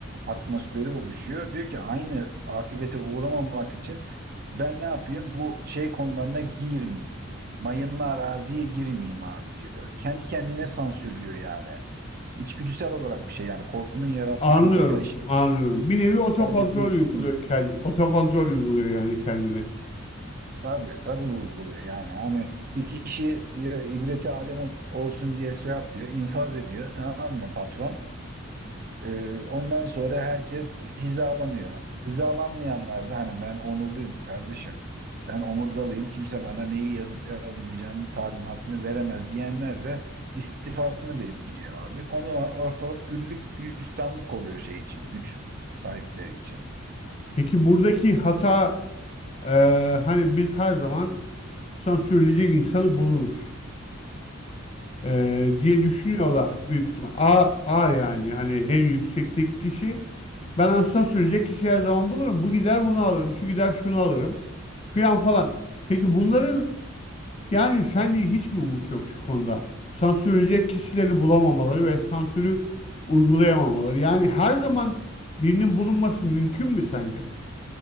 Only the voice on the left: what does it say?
Anlıyorum,
anlıyorum. Bir nevi otokontrol
uyguluyor
kendi, otokontrol uyguluyor yani kendine.
Peki buradaki hata e, hani biz her zaman sansürleyecek insanı buluruz. e, diye düşünüyorlar büyük ihtimal. A, A yani hani en yüksekteki kişi. Ben aslında sürecek kişi her zaman bulurum. Bu gider bunu alırım, şu gider şunu alırım filan falan. Peki bunların yani sence hiç mi umut yok şu konuda? Sansürleyecek kişileri bulamamaları ve sansürü uygulayamamaları. Yani her zaman birinin bulunması mümkün mü sence?